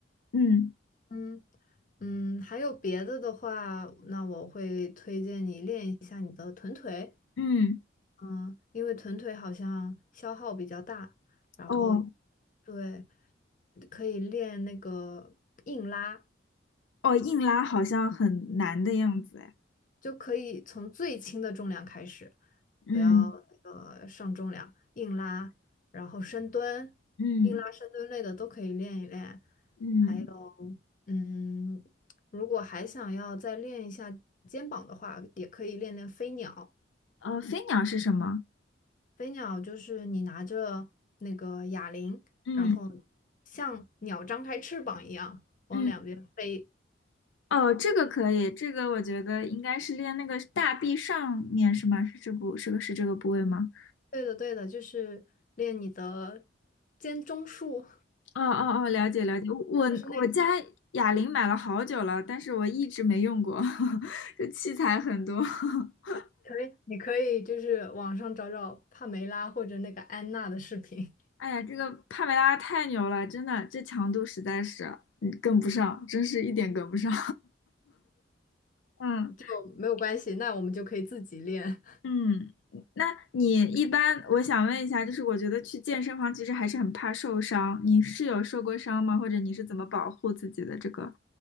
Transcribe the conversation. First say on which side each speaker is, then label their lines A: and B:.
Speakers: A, on the left; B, on the left.
A: 嗯
B: 嗯嗯，还有别的的话，那我会推荐你练一下你的臀腿。
A: 嗯，
B: 嗯，因为臀腿好像消耗比较大，然后
A: 哦，
B: 对，可以练那个硬拉，
A: 哦，硬拉好像很难的样子，哎，
B: 就可以从最轻的重量开始，
A: 嗯
B: 不要呃上重量，硬拉，然后深蹲，
A: 嗯
B: 硬拉、深蹲类的都可以练一练。
A: 嗯，
B: 还有，嗯，如果还想要再练一下肩膀的话，也可以练练飞鸟。
A: 呃，飞鸟是什么？
B: 飞鸟就是你拿着那个哑铃，
A: 嗯
B: 然后像鸟张开翅膀一样往两边飞。
A: 嗯，哦，这个可以，这个我觉得应该是练那个大臂上面是吗？是这部是个是这个部位吗？
B: 对的，对的，就是练你的肩中束，
A: 哦哦哦，了解了解，我我家哑铃买了好久了，
B: 就是那
A: 但是我一直没用过，<laughs> 这器材很多。<laughs>
B: 可以，你可以就是网上找找帕梅拉或者那个安娜的视频，
A: 哎呀，这个帕梅拉太牛了，真的，这强度实在是嗯跟不上，真是一点跟不上。<laughs> 嗯。
B: 就没有关系。那我们就可以自己练。
A: 嗯，那你一般，我想问一下，就是我觉得去健身房其实还是很怕受伤，你是有受过伤吗？或者你是怎么保护自己的这个，